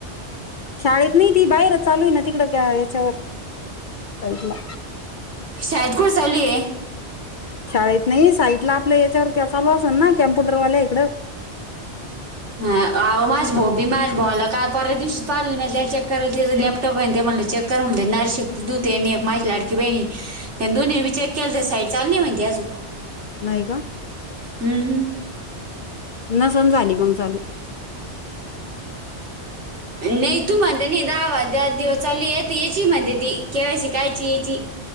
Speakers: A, on the left (about 55°); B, on the right (about 80°).
A: शाळेत नाही ती बाहेरच चालू आहे ना तिकड का याच्यावरला
B: शईड कोडसवली
A: शाळेत नाही साईट ला आपल्या याच्यावर कसाल असल ना कम्प्युटरवाल्या इकडं
B: हा माझ भाऊ बी माझ्या भावा आला काल पर दिवशी पाहि मचेरा लॅप त पण ते म्हणलं च क्क कर म्ह नारी शकते दूते एक माझी लाडकी बहिणी त्यां दोन्ही विचार केला तर साईड चालली म्हणती अजून
A: नाही का
B: हम्म हम्
A: न सण झाली मग चालू
B: नाही तू म्हणते नाही दहा दहा दिवस चालू येत याची म्हणते ती केवायसी कायची याची